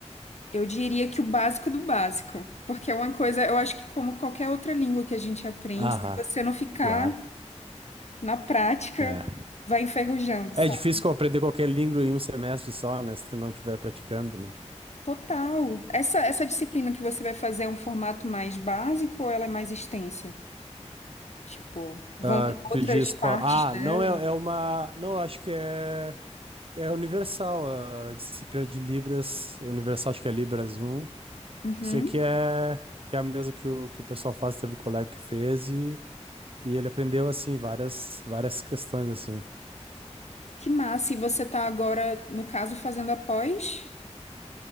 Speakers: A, on the left; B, on the right.
A: Eu diria que o básico do básico, porque é uma coisa, eu acho que como qualquer outra língua que a gente aprende,
B: Aham,
A: se você não ficar
B: claro.
A: na prática,
B: é
A: vai enferrujando,
B: É
A: sabe?
B: difícil aprender qualquer língua em um semestre só, né? Se tu não estiver praticando, né?
A: Total. Essa, essa disciplina que você vai fazer é um formato mais básico ou ela é mais extensa? Tipo, vão
B: Ah,
A: ter outras
B: tu diz
A: partes
B: qual. Ah,
A: dela?
B: não é, é uma. Não, acho que é. É universal. A disciplina de Libras. Universal, acho que é Libras um.
A: Uhum.
B: Eu sei que é, que é a mesma que o, que o pessoal faz, teve um colega que fez e, e ele aprendeu, assim, várias, várias questões, assim.
A: Que massa. E você tá agora, no caso, fazendo a pós?